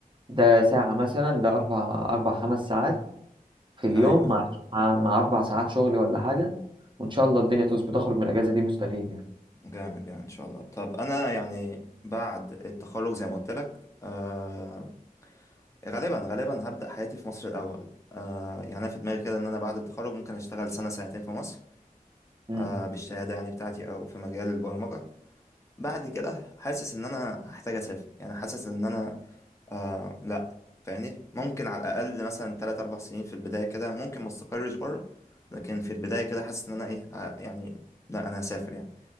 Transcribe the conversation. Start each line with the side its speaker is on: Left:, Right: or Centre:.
Right: ده ساعة مثلا ده أربع أربع خمس ساعات في اليوم
Left: ايوه ايوه
Right: مع مع, مع أربع ساعات شغل ولا حاجة وإن شاء الله الدنيا تظبط أخرج من الأجازة دي مستفيد يعني
Left: جامد جامد ان شاء الله طب انا يعني بعد التخرج زي ما قلت لك آه، غالبا غالبا هبدأ حياتي في مصر الأول آه يعني أنا في دماغي كده إن أنا بعد التخرج ممكن أشتغل سنة سنتين في مصر
Right: مم.
Left: آه بالشهادة يعني بتاعتي أو في مجال البرمجة بعد كده حاسس إن أنا هحتاج أسافر يعني حاسس إن أنا آه لأ فاهمني ممكن على الأقل مثلا تلات أربع سنين في البداية كده ممكن ما استقرش بره لكن في البداية كده حاسس إن أنا إيه آه، يعني لأ أنا هسافر يعني